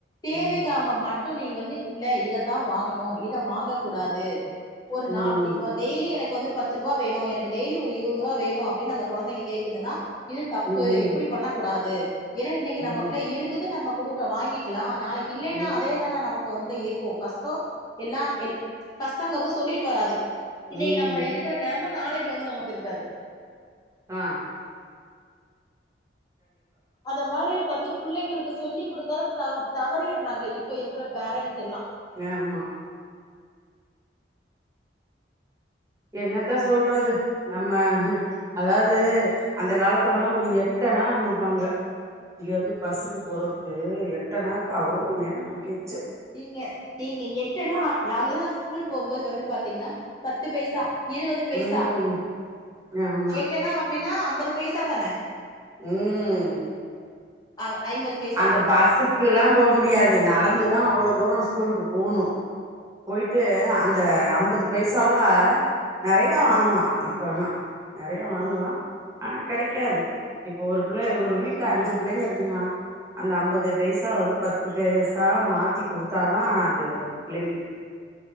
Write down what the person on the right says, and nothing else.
ம் ம்
ம்
ம்
ம்
ம்
ம்
ஆஹ்
ஆமா என்னத்தா சொல்றது நம்ம அதாவது அந்த காலத்துலல்லாம் ஒரு எட்டனா கொடுப்பாங்க இங்க இருந்து பஸ்ஸுக்கு போறதுக்கு எட்டனாவுக்கு அவ்வளவு நேரம் நமக்கு எரிச்சல்
ம் ஆமா
உம்
அந்த பஸ்ஸுக்கு எல்லாம் போக முடியாது நடந்து தின அவ்வளவு தூரம் ஸ்கூலுக்கு போணும் போயிட்டு அந்த ஐம்பது பைசால நிறைய வாங்கலாம் அப்ப ஆனா நிறைய வாங்கலாம் ஆனா கிடைக்காது இப்ப ஒரு பிள்ளை
ஒரு வீட்டுல அஞ்சு பிள்ளைங்க இருக்குன்னா அந்த ஐம்பது பைசா வந்து பத்து பத்து வயசா மாத்தி கொடுத்தாதா அது அந்த பிள்ளைங்களுக்கு